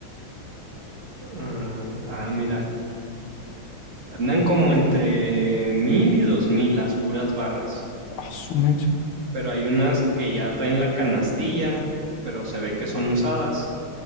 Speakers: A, on the right; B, on the left.
A: Ah, ah, mira, andan como entre mil y dos mil las puras barras.
B: Ah, su mecha.
A: Pero hay unas que ya traen la canastilla, pero se ve que son usadas.